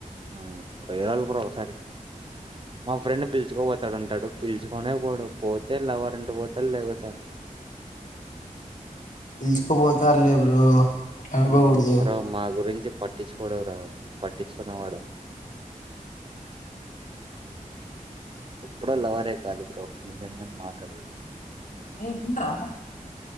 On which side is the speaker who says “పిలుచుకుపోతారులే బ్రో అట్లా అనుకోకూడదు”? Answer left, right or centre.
Left